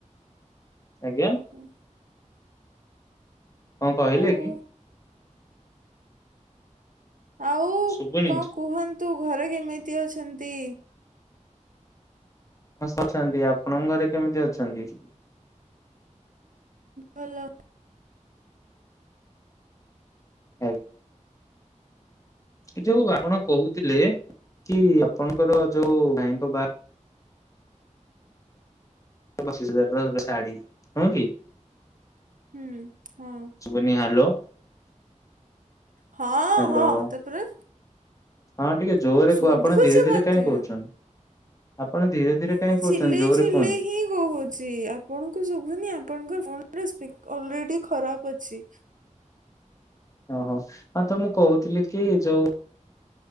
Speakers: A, on the left; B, on the right.
A: ଆଜ୍ଞା
B: ଓହୋ
A: କଣ କହିଲେ
B: ଆଉ
A: କି?
B: ଆଉ
A: ଶୁଭୁନି
B: କଣ କୁହନ୍ତୁ ଘରେ କେମିତି ଅଛନ୍ତି?
A: ଅଛନ୍ତି ଆପଣଙ୍କ ଘରେ କେମିତି ଅଛନ୍ତି?
B: ଭଲ
A: <inaudible> ଯୋଉ ଆପଣ କହୁଥିଲେ କି ଆପଣଙ୍କର ଯୋଉ ଭାଇଙ୍କ ବାହା ପଚିଶ ହଜାର ଟଙ୍କାର ଶାଢ଼ୀ ହଁ କି?
B: ହୁଁ ହଁ।
A: ସୁବୁନି ହଲୋ।
B: ହଁ
A: ହ୍ୟାଲୋ
B: ହଁ ତାପରେ
A: ହଁ ଟିକେ ଜୋରରେ
B: ଶୁଭୁଛି
A: କୁହ ଆପଣ ଧୀରେ ଧୀରେ
B: ମତେ
A: କାଇହିଁ କହୁଛନ୍ତି ଆପଣ ଧୀରେ
B: ମୁଁ
A: ରେ କାଇଁ
B: ଚିଲେଇ
A: କହୁଛନ୍ତି ଜୋରରେ
B: ଚିଲେଇ
A: କୁହନ୍ତୁ
B: ହିଁ କହୁଛି ଆପଣଙ୍କୁ ଶୁଭୁନି ଆପଣଙ୍କ ଫୋନ୍ <unintelligible> ଅଲରେଡି ଖରାପ ଅଛି।
A: ଓହୋ ହଁ ତ ମୁଁ କହୁଥିଲି କି ଯୋଉ